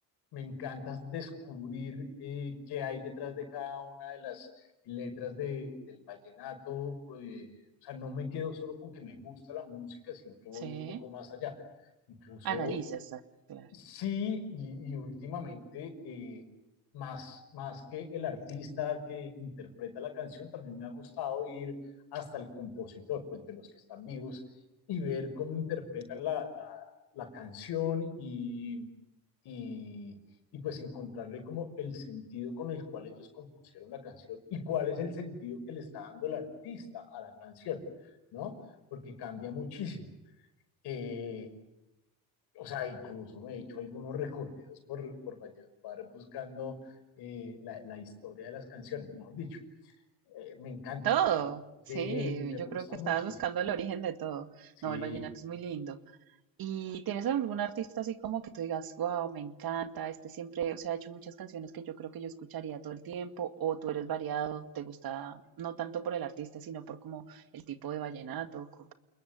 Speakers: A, on the left; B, on the right.
A: me encanta descubrir eh, qué hay detrás de cada una de las letras de, del vallenato. Eh, o sea, no me quedo solo con que me gusta la música, sino que voy
B: sí,
A: un poco más allá. Incluso
B: analizas, ah, claro,
A: Sí, y, y últimamente, eh, más, más que el artista que interpreta la canción, también me ha gustado ir hasta el compositor, pues de los que están vivos, y ver cómo interpretan la, la, la canción y, y, y pues encontrarle como el sentido con el cual ellos compusieron la canción y cuál es el sentido que le está dando el artista a la canción, ¿no? Porque cambia muchísimo. Eh, o sea, incluso me he hecho algunos recorridos por, por Valledupar buscando eh, la, la, historia de las canciones, mejor dicho. Eh, me encanta,
B: todo, sí,
A: sí, me
B: yo
A: gusta
B: creo que estabas
A: muchísimo,
B: buscando el origen de todo,
A: sí,
B: no, el vallenato es muy lindo, ¿Y tienes algún artista así como que tú digas, wow, me encanta, este siempre, o sea, ha hecho muchas canciones que yo creo que yo escucharía todo el tiempo, o tú eres variado, te gusta no tanto por el artista, sino por como el tipo de vallenato, cu-